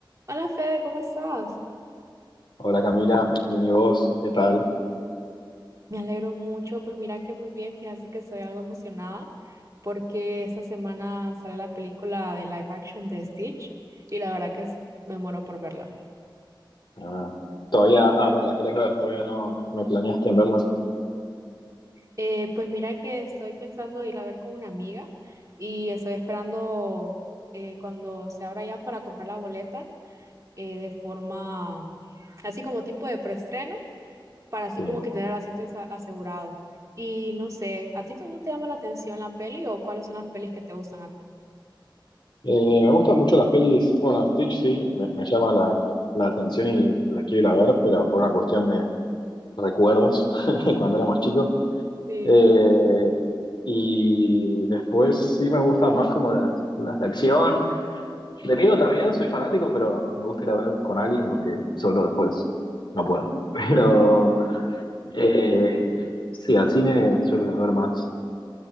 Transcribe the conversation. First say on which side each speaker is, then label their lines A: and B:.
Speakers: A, on the right; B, on the left.
A: Hola Fede, ¿cómo estás?
B: Hola Camila, bien y vos, ¿qué tal?
A: Me alegro mucho, pues mira que muy bien, fíjate que estoy algo emocionada porque esta semana sale la película de live action de Stitch y la verdad que es- me muero por verla.
B: Ah, todavía, ah, bueno, la querés ver, todavía no, no planeaste en verla.
A: Eh, pues mira que estoy pensando ir a ver con una amiga y estoy esperando eh, cuando se abra ya para comprar la boleta eh, de forma así como tipo de preestreno para así
B: Sí.
A: como que tener el asiento asa- asegurado. Y no sé, ¿a ti tú no te llama la atención la peli o cuáles son las pelis que te gustan a ti?
B: Eh, me gustan mucho las pelis, bueno, Stitch sí, me, me llama la, la atención y la quiero ir a ver, pero por una cuestión de recuerdos, <laughs> de cuando éramos chicos.
A: Sí,
B: Eh, y después sí me gusta más como las, las de acción. De miedo también, soy fanático, pero me gusta ir a ver con alguien porque solo después no puedo. <laughs> Pero... Eh, sí, al cine suele haber más,